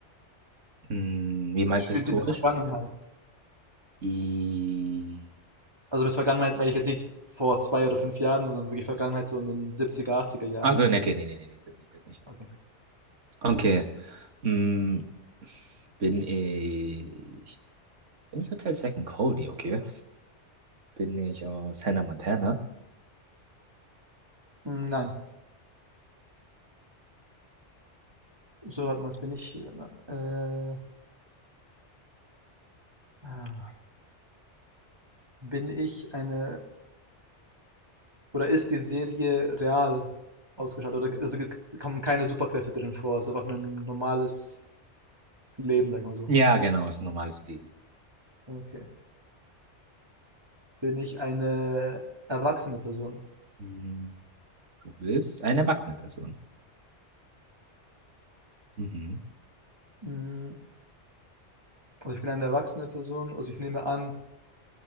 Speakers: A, on the right (about 85°); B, on the right (about 20°).
A: Hm, wie meinst
B: Also, spielt
A: du historisch?
B: sie in der Vergangenheit.
A: I...
B: Also, mit Vergangenheit meine ich jetzt nicht vor 2 oder 5 Jahren, sondern wirklich Vergangenheit so in den 70er, 80er Jahren,
A: Also,
B: so meine
A: nee,
B: ich
A: okay,
B: das.
A: nee, nee, nee, nee, das nicht, das nicht.
B: Okay.
A: Okay. Hm, bin ich. Bin ich Hotel Second Cody, okay? Bin ich aus Hannah Montana?
B: Hm, nein, so hat man es. bin ich, äh, ah, bin ich eine oder ist die Serie real ausgestattet oder also, g kommen keine Superkräfte drin vor, Es ist einfach nur 'n normales Leben, sag ich mal so.
A: Ja, genau, ist ein normales Leben.
B: Okay. Bin ich eine erwachsene Person?
A: Hm, du bist eine erwachsene Person. Mhm.
B: Hm, also, ich bin eine erwachsene Person, also, ich nehme an,